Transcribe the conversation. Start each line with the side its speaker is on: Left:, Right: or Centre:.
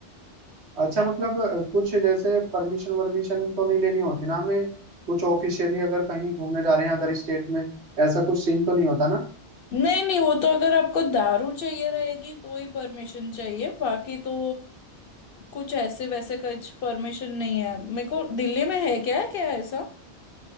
Right: अच्छा मतलब अ, कुछ जैसे परमिशन वर्मिशन तो नहीं लेनी होती ना हमें कुछ ऑफिशियली अगर कहीं घूमने जा रहे हैं अदर स्टेट में ऐसा कुछ सीन तो नहीं होता ना
Left: नहीं नहीं वो तो अगर आपको दारू चाहिए रहेगी तो ही परमिशन चाहिए बाकी तो कुछ ऐसे वैसे कुछ परमिशन नहीं है मेरे को दिल्ली में है क्या क्या ऐसा